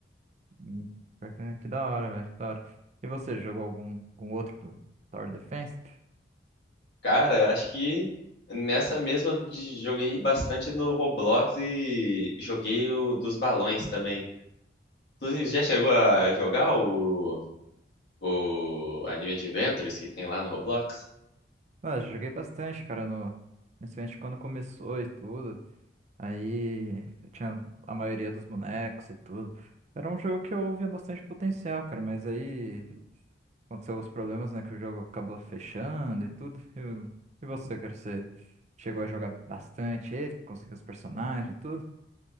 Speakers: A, on the right; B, on the left.
A: Hum, pior Que é, que da hora, velho, que da hora. E você, jogou algum, algum outro Tower Defense?
B: Cara, eu acho que nessa mesma de- joguei bastante no Roblox e joguei o dos balões também. Inclusive, já chegou a jogar o o anime Adventures que tem lá no Roblox.
A: Ah, eu joguei bastante, cara, no, principalmente quando começou e tudo. Aí eu tinha a maioria dos bonecos e tudo. Era um jogo que eu via bastante potencial, cara, mas aí aconteceu os problemas, né, que o jogo acabou fechando e tudo. E, e você, cara, você chegou a jogar bastante ele, conseguiu os personagens e tudo?